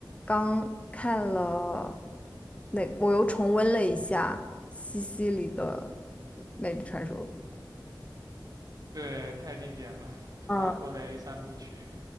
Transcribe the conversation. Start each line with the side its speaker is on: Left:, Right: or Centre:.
Left: 刚看了那，我又重温了一下西西里的《美丽传说》。
Right: <laughs> 对，太经典了，托纳托雷三部曲。
Left: 嗯，